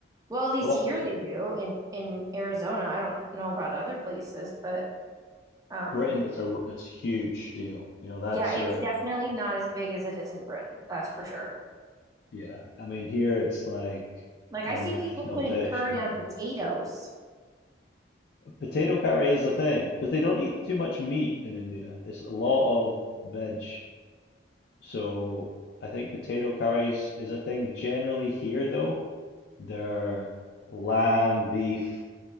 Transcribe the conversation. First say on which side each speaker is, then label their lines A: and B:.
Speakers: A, on the right; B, on the left.
A: Well, at least
B: Well, that's
A: here
B: good.
A: they do in in Arizona. I don't know about other places, but um
B: Britain, it's a r- it's a huge deal. You know, that's
A: yeah, it's
B: your
A: definitely not as big as it is in Britain. That's for sure.
B: yeah. I mean, here it's like
A: Like
B: our
A: I see
B: national
A: people putting
B: dish
A: curry
B: almost.
A: on potatoes.
B: Potato curry is a thing because they don't eat too much meat in India. It's a lot of veg. So I think potato curries is a thing generally here, though. They're lamb, beef.